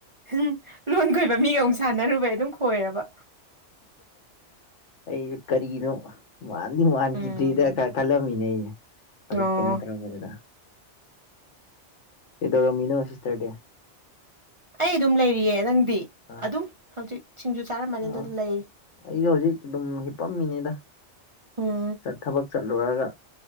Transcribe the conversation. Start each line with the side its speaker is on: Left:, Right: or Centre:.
Right: ꯎꯝ ꯂꯣꯟ ꯈꯣꯏꯕ ꯃꯤꯒ ꯁꯥꯟꯅꯔꯨꯕꯩ ꯑꯗꯨꯝ ꯈꯣꯏꯔꯕ
Left: ꯑꯩꯁꯨ ꯀꯔꯤꯅꯣ ꯃꯥꯟꯗꯤ ꯃꯥꯟꯈꯤꯗ꯭ꯔꯤꯗ
Right: ꯎꯝ
Left: ꯈꯜꯂꯝꯃꯤꯅꯦ ꯑꯩꯁꯦ ꯍꯧꯖꯤꯛ
Right: ꯑꯣ
Left: ꯀꯩꯅꯣ ꯇꯧꯔꯝꯕꯗꯨꯗ ꯀꯩꯗꯧꯔꯝꯃꯤꯅꯣ ꯁꯤꯁꯇꯔꯗꯤ
Right: ꯑꯩ ꯑꯗꯨꯝ ꯂꯩꯔꯤꯌꯦ ꯅꯪꯗꯤ
Left: ꯑꯥ
Right: ꯑꯗꯨꯝ ꯍꯧꯖꯤꯛ ꯁꯤꯡꯖꯨ ꯆꯥꯔꯝꯕꯅꯤ
Left: ꯑꯥ
Right: ꯑꯗꯨꯝ ꯂꯩꯔꯤ
Left: ꯑꯩꯁꯨ ꯍꯧꯖꯤꯛ ꯑꯗꯨꯝ ꯍꯤꯞꯄꯝꯃꯤꯅꯤꯗ
Right: ꯎꯝ
Left: ꯊꯕꯛ ꯆꯠꯂꯨꯔꯒ